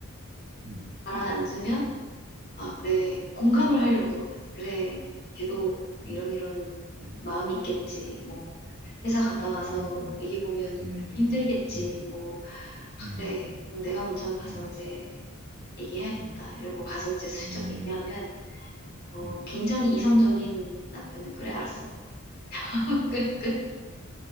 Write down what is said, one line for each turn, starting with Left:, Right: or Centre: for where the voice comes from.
Right: 음,
Left: 가라앉으면, 아, 그래, 공감을 하려고 들어가지. 그래, 걔도
Right: 음,
Left: 이런 이런
Right: 음,
Left: 마음이 있겠지. 뭐, 회사 갔다
Right: 음,
Left: 와서 애기 보면
Right: 음,
Left: 힘들겠지.
Right: 음,
Left: 뭐, 아,
Right: 음,
Left: 그래, 그럼
Right: 음,
Left: 내가 먼저 가서
Right: 음,
Left: 이제 얘기해야겠다.
Right: 음,
Left: 이러고 가서 이제 슬쩍
Right: 음,
Left: 얘기하면, 어,
Right: 음.
Left: 굉장히 이성적인 남편은, 그래, 알았어. <laughs> 끝, 끝.